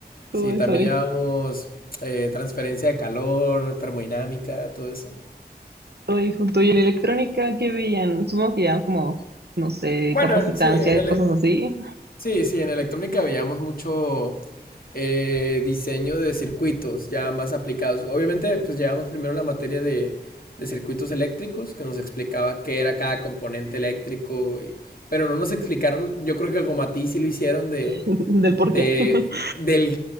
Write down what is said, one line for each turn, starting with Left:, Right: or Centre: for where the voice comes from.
Right: todo
Left: sí, también
Right: eso ahí.
Left: llevamos eh, transferencia de calor, termodinámica, todo eso.
Right: Todo ahí junto. Y en electrónica, ¿qué veían? Supongo que ya como, no sé,
Left: Bueno,
Right: capacitancia,
Left: sí, en el,
Right: cosas así,
Left: Sí, sí, en electrónica veíamos mucho eh, diseño de circuitos ya más aplicados. Obviamente, pues llevamos primero la materia de, de circuitos eléctricos, que nos explicaba qué era cada componente eléctrico, y- pero no nos explicaron, yo creo que como a ti sí lo hicieron, de,
Right: <laughs> del por
Left: de,
Right: qué. <laughs>
Left: del